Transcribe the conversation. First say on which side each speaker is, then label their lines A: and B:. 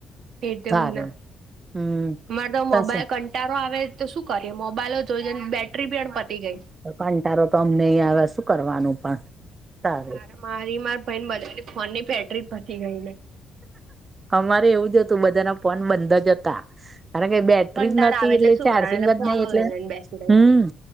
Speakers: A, on the right; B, on the right.
A: એતો
B: સારું
A: એવું જ ના.
B: હમ
A: અમારે તો
B: ત
A: મોબાઈલ
B: શું
A: કન કંટાળો આવે તો શું કરીએ મોબાઈલો જોઈને જોઈને બેટરી પણ પતી ગઈ.
B: તો કંટારો તો અમને એ આવે શું કરવાનું પણ તારે.
A: અને મારી મારા ભઈની બધાની ફોનની બેટરી પતી ગઈ ને.
B: અમારે એવું જ હતું બધાના ફોન બંધ જ હતા. કારણ કે બે બેટરી
A: કંટાળો
B: જ નતી
A: આવે
B: એટલે
A: શું
B: ચાર્જિંગ
A: કરવાનું
B: જ
A: ફોન
B: નહી
A: લઈ
B: એટલે
A: લઈને બેસી
B: હમ